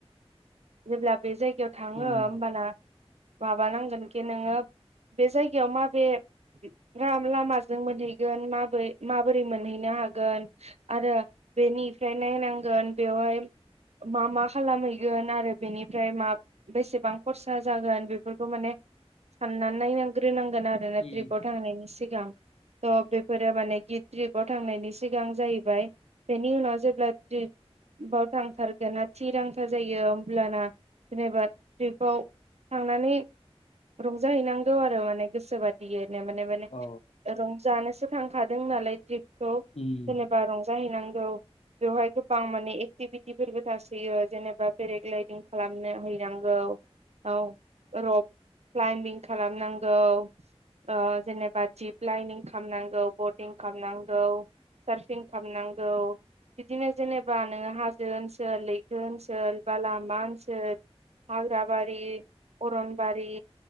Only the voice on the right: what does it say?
जेब्ला बे जायगायाव थाङो
होमबाना बा नांगोन खि नोङो बे जायगायाव माबे <unintelligible> लामाजों मोनहैगोन माबोरै माबोरै मोनहैनो हागोन आरो बेनिफ्राय नायनांगोन बेवहाय मा मा खालामहैगोन आरो बेनिफ्राय मा बेसेबां खरसा जागोन बे फोरखौ माने सानना नायनांग्रोनांगोन आरोना
ट्रिपआव थांनायनि सिगां। थ' बेफोरो माने खि ट्रिपआव थांनायनि सिगां जाहैबाय बेनि उनाव जेब्ला ट्रिप बाव थांथारगोन ना थिरांथा जायो होमब्लाना जेनेबा ट्रिपआव थांनानै रंजा हैनांगौ आरो माने गोसो बादियैनो माने माने
रंजानोसो थांखादों नालाय ट्रिपखौ जेनेबा
रंजा हैनांगौ। बेवहाय गोबां माने एक्टिभिटिफोरबो थासैयो जेनेबा पेराग्लायदिं खालामनो हैनांगौ। औ रक क्लाइमबिं खालामनांगौ। ओ जेनेबा दिप लाइनिं खालामनांगौ बटिं खालामनांगौ। सारफिं खालामनांगौ। बिदिनो जेनेबा नोङो हाजो ओनसोल लैथो ओनसोल बा लामा ओनसोल। हाग्राबारि अरनबारि।